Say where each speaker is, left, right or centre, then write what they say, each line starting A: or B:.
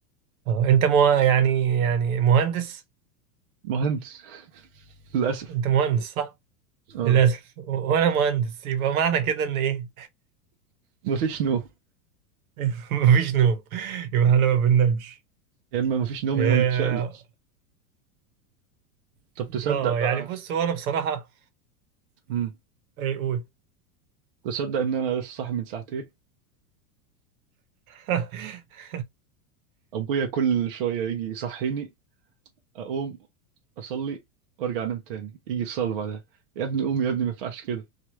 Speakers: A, on the right (about 65°); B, on the right (about 40°).
A: اه انت مو يعني يعني مهندس
B: مهندس <laughs> للاسف
A: انت مهندس صح؟
B: اه
A: للاسف و- وانا مهندس يبقى معنى كده ان ايه؟
B: مفيش نوم
A: <laughs> مفيش نوم يبقى احنا ما بننامش
B: يا اما مفيش نوم
A: يا-
B: يا اما متشقلب طب تصدق
A: اه
B: بقى
A: يعني بص هو انا بصراحة
B: امم
A: ايه قول
B: تصدق ان انا لسه صاحي من ساعتين
A: <laughs>
B: ابويا كل شويه يجي يصحيني اقوم اصلي وارجع انام تاني يجي يصلي بعدها يا ابني قوم يا ابني ما ينفعش كده